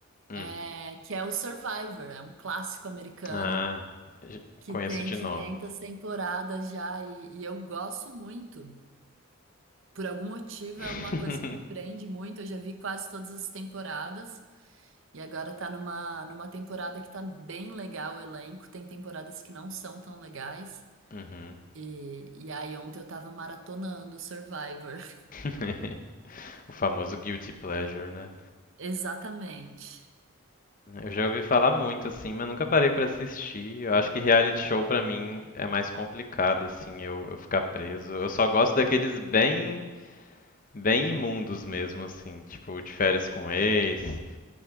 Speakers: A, on the left; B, on the right.
A: Hum.
B: É, que é o Survivor, é um clássico americano
A: Ah, j-
B: que
A: conheço
B: tem
A: de
B: 500
A: nome.
B: temporadas já e, e eu gosto muito. Por algum motivo
A: <laughs>
B: é uma coisa que me prende muito. Eu já vi quase todas as temporadas e agora tá numa, numa temporada que tá bem legal o elenco. Tem temporadas que não são tão legais.
A: Uhum.
B: E, e aí ontem eu tava maratonando o Survivor.
A: <laughs>
B: <laughs>
A: O famoso guilty pleasure, né?
B: Exatamente.
A: Eu já ouvi falar muito, assim, mas nunca parei pra assistir. Eu acho que reality show pra mim é mais complicado, assim, eu, eu ficar preso. Eu só gosto daqueles bem, bem imundos mesmo, assim, tipo de férias com ex,